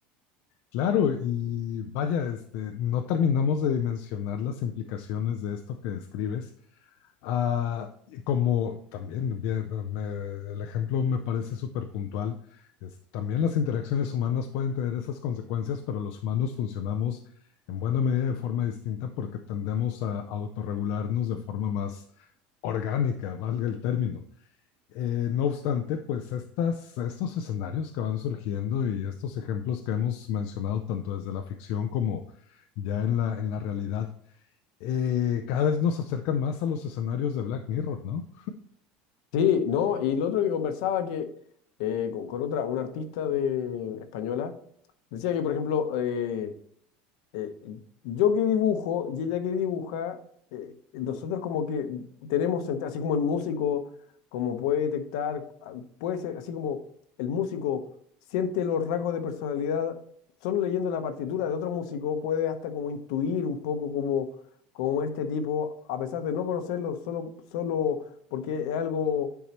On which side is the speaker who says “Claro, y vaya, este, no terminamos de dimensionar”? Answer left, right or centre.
Left